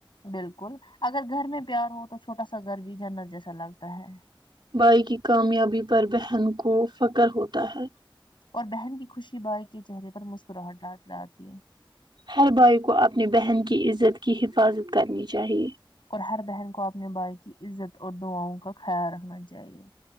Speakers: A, on the left (about 65°); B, on the right (about 60°).
A: بالکل اگر گھر میں پیار ہو تو چھوٹا سا گھر بھی جنت جیسا لگتا ہے
B: بھائی کی کامیابی پر بہن کو فخر ہوتا ہے
A: اور بہن کی خوشی بائی کے چہرے پر مسکراہٹ لاتی ہے
B: ہر بھائی کو اپنی بہن کی عزت کی حفاظت کرنی چاہیے
A: اور ہر بہن کو اپنے بھائی کی عزت اور دعاؤں کا خیال رکھنا چاہیے